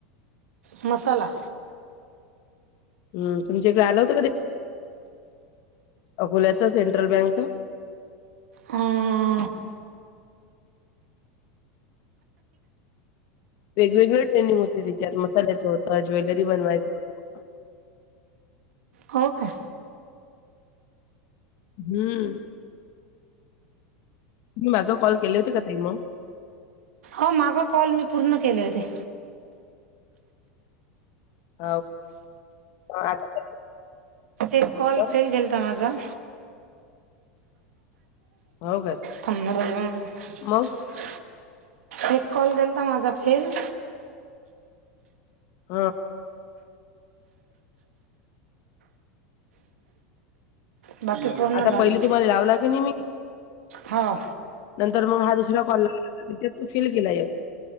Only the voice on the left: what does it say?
हम् तुमच्याकडे आलं होतं का ते, अकोल्याच सेंट्रल बँकच
वेगवेगळे ट्रेनिंग होते तिच्यात मसाल्यायचं होतं ज्वेलरी बनवायचं. <inaudible>
हम्म. तुम्ही माग कॉल केले होते का तई मग
ह आता.
झालं?
हो काय?
मग?
हा.
आता
पहिली तुम्हाला लावला क नाही मी
नंतर मग हा दुसरा कॉल लावला टेचात तू फेल गेला एक